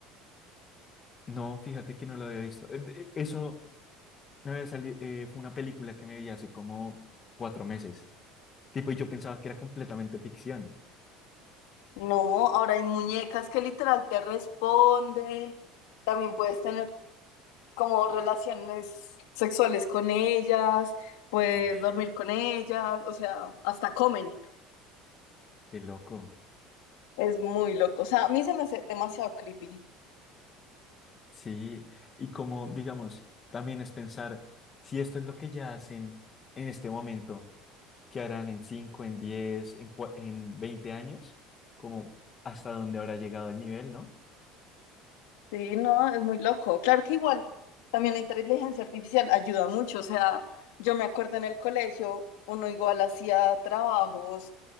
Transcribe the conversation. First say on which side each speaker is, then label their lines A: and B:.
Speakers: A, on the left; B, on the left.
A: No, fíjate que no lo había visto. Eh, eh, Eso me había salido, eh, fue una película que me vi hace como cuatro meses. Tipo, y yo pensaba que era completamente ficción.
B: No, ahora hay muñecas que literal te responden. También puedes tener como relaciones sexuales con ellas, puedes
A: Uy,
B: dormir con ellas, o sea, hasta comen.
A: qué loco.
B: Es muy loco. O sea, a mí se me hace demasiado creepy.
A: Sí, y como, digamos, también es pensar si esto es lo que ya hacen en este momento, ¿qué harán en cinco, en diez, en, cua- en 20 años? Como hasta dónde habrá llegado el nivel, ¿no?
B: Sí, no, es muy loco. Claro que igual, también la inteligencia artificial ayuda mucho. O sea, yo me acuerdo en el colegio, uno igual hacía trabajos